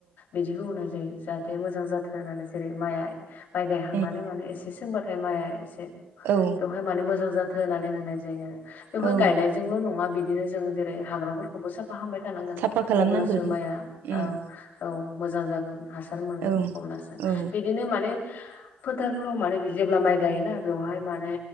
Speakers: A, on the left; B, on the right.
A: बिदिबो होननाय जायो जाहा थे मोजां जाथों होननानै जेरै माया माइ गायहांनानै
B: उम
A: माने एसे सोंबाथाय माया एसे
B: औ
A: ओमफाय माने मोजां जाथो होन्नानै होनाय जायो आरो बेवहाय
B: औ
A: गायनायजोंल नङा बिदिनो जेरै जों हाग्राफोर खौबो साफा खामबाय थानांगोन।
B: साफा खालामनांगोन
A: अब्लासो माइआ
B: उम
A: ओ औ मोजां जागोन हासार मोनगोन
B: औ
A: अब्लासो बि
B: औ
A: - बिदिनो माने फोथारफ्राव माने जेब्ला माइ गायोना बेवहाय माने